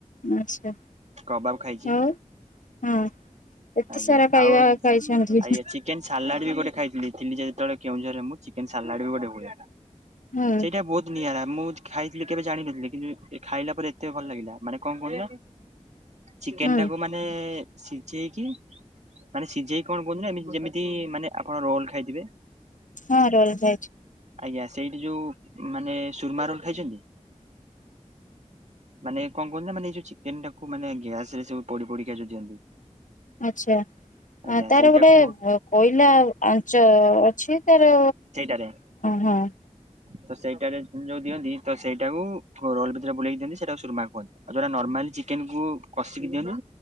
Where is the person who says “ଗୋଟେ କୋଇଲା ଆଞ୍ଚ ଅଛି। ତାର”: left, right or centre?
Left